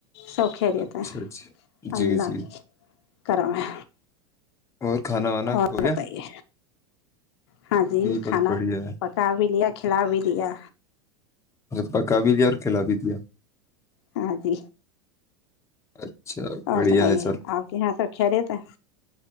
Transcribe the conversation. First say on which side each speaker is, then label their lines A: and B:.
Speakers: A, on the left; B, on the left.
A: سب خیریت
B: اچھا
A: ہے
B: اچھا جی
A: اللہ
B: جی
A: کی کرم ہے
B: اور کھانا وانا
A: اور
B: ہو گیا
A: بتائیے ہاں جی
B: بس
A: کھانا
B: بڑھیا ہے
A: پکا بھی لیا کھلا بھی دیا
B: پکا بھی دیا اور کھیلا بھی دیا
A: ہاں جی
B: اچھا <unintelligible>
A: اور
B: بڑھیا
A: سنائیے
B: ہے چل
A: آپ کے یہاں سب خیریت ہے